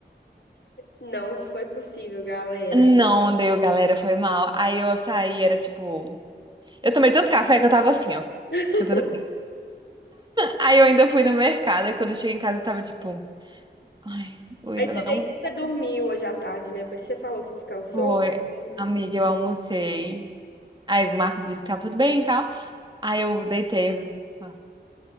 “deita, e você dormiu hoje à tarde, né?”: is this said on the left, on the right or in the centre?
Left